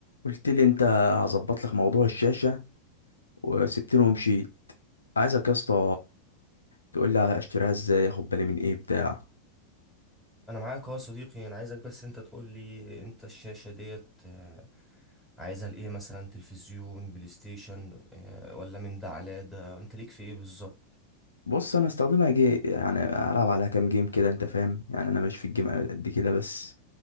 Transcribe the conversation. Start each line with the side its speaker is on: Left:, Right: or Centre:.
Left: قلت لي انت هظبط لك موضوع الشاشه وسبتني ومشيت عايزك يا اسطى تقول لي اشتريها ازاي اخد بالي من ايه بتاع
Centre: انا معاك اهو يا صديقي انا عايزك بس انت تقول لي انت الشاشة ديت آه، عايزها لايه مثلا تلفزيون بلاي ستيشن آه، ولا من ده على ده انت ليك في ايه بالظبط
Left: بص انا استخدمها جي يعني العب عليها كام جيم كده انت فاهم يعني انا ماليش في الجيم قد كده بس